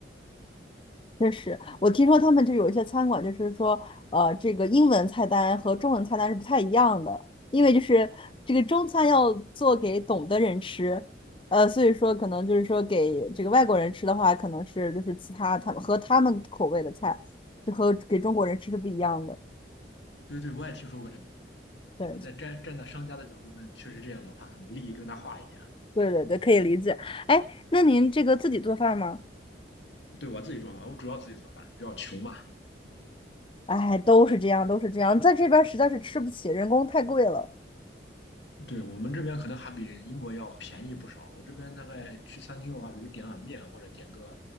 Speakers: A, on the left; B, on the left.
A: 确实，我听说他们就有一些餐馆，就是说，呃，这个英文菜单和中文菜单是不太一样的，因为就是这个中餐要做给懂的人吃，呃，所以说可能就是说给这个外国人吃的话，可能是就是其他他们和他们口味的菜，就和给中国人吃是不一样的。
B: 对对，我也听说过这个。
A: 对，
B: 那在站站在商家的角度呢，确实这样的话，可能利益更大化一点。
A: 对对对，可以理解。哎，那您这个自己做饭吗？
B: 对我自己做饭，我主要自己做饭，比较穷嘛。
A: 哎，都是这样，都是这样，在这边实在是吃不起，人工太贵了。
B: 对我们这边可能还比英国要便宜不少。我这边大概去餐厅的话，比如点碗面或者点个